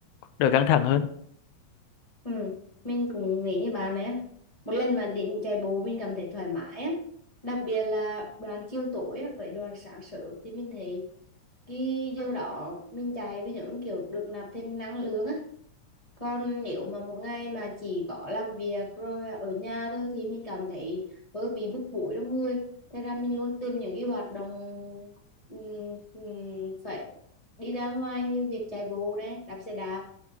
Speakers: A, on the left; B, on the left.
A: đỡ căng thẳng hơn
B: ừ. mình cũng nghĩ như bạn này á một lần mà định chạy bộ mình cảm thấy thoải mái á đặc biệt là đoạn chiều tối á, với đoạn sáng sớm thì mình thấy cái giờ đó mình chạy với những kiểu được nạp thêm năng lượng á Còn nếu mà một ngày mà chỉ có làm việc rồi ở nhà thôi thì mình cảm thấy hơi bị bức bối trong người. Thế ra mình luôn tìm những cái hoạt động ừm, ừm, phải đi ra ngoài như việc chạy bộ này, đạp xe đạp.